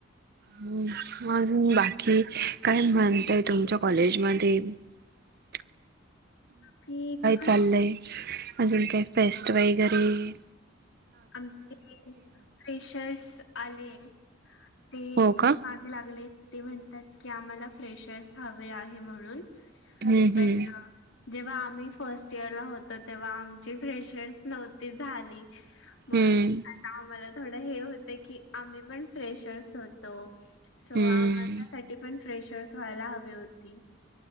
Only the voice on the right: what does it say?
हम, अजून बाकी काय म्हणताय तुमच्या कॉलेज मध्ये. <inaudible>
चाललंय अजून काही फेस्टवाय आहे घरी.
हो का
हम्म
हम्म,
हम्म
हम्म